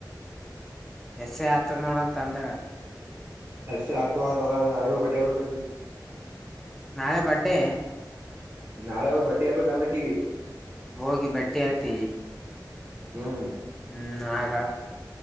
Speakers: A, in the centre; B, on the right.
A: ಎಸ ಯಾತ್ರ ನೋಡಾನ್ ತಂದರ
B: ಸೆ ಆತ ಗಾಡಿಗ ಬಟೆಗ ಕ
A: ನಾಳೆ ಬಂಡ್ಡೆ
B: ನಾಳೆ ಹ ಬಟ್ಟಿ ಹರ್ಬೇಕ ಅಂದ್ರಕ್ಕ ಈಗಿ
A: ಹೋಗಿ ಬಟ್ಟೆ ಹತ್ತ,
B: ಹ್ಮ್
A: ್ಮ ನಾಗ